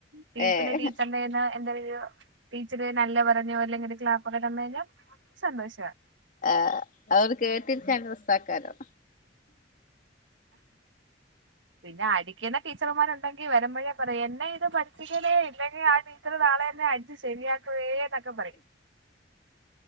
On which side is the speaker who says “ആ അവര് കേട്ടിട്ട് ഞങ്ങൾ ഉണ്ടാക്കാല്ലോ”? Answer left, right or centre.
Left